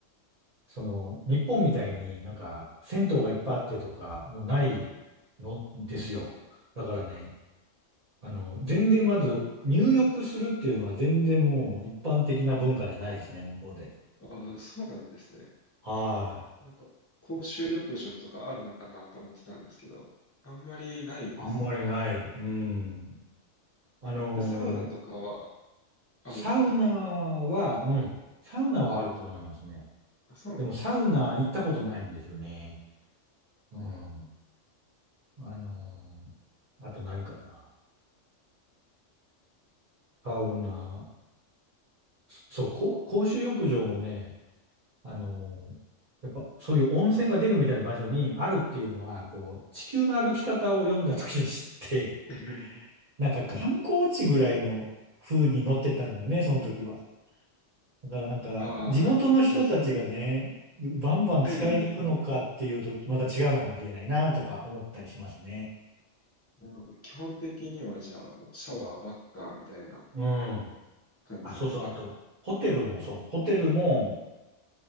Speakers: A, on the right; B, on the left.
A: その、日本みたいになんか、銭湯がいっぱいあってとか、もうないのですよ。だからね、あの、全然まず、入浴するっていうのは全然もう一般的な文化じゃないですね、向こうで。
B: ああ、そうなんですね。
A: はい。
B: なんか、公衆浴場とかあるのかなと思ってたんですけど、あんまりないんですか
A: あんまりない。うん。あのー
B: で、サウナとかはあるって聞いたんです。
A: サウナは、うん。サウナはあると思いますね。
B: あ、そうなんです。
A: でもサウナ行ったことないんですよね。うん。あのーあと何かな。サウナ。そう、こ公衆浴場もね、あの、やっぱそういう温泉が出るみたいな場所にあるっていうのは、こう、地球の歩き方を読んだ時に知って、<laughs>
B: <laughs>
A: なんか観光地ぐらいの風に乗ってたんだよね、その時は。だからなんか、
B: ああ、
A: 地元の人たちがね、
B: じゃあ、その、
A: バンバン使いに行くのかっていうと、
B: 入りに、
A: また違うのかもしれないなとか思ったりしますね。
B: もう基本的にはじゃあもうシャワーばっかみたいな
A: うん。
B: 感じですか
A: あ、そうそう。あと、ホテルもそう。ホテルも、